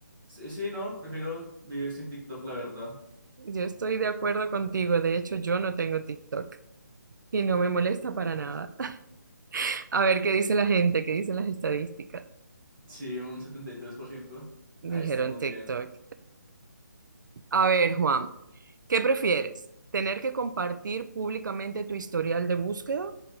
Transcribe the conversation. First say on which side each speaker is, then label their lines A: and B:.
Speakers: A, in the centre; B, on the right (about 70°).
A: sí, sí, no, prefiero vivir sin TikTok, la verdad.
B: Yo estoy de acuerdo contigo. De hecho, yo no tengo TikTok y no me molesta para nada. <laughs> A ver qué dice la gente, qué dicen las estadísticas.
A: Sí, un setenta y tres por ciento
B: Dijeron
A: Ahí estamos
B: TikTok.
A: bien.
B: A ver, Juan, ¿qué prefieres? ¿Tener que compartir públicamente tu historial de búsqueda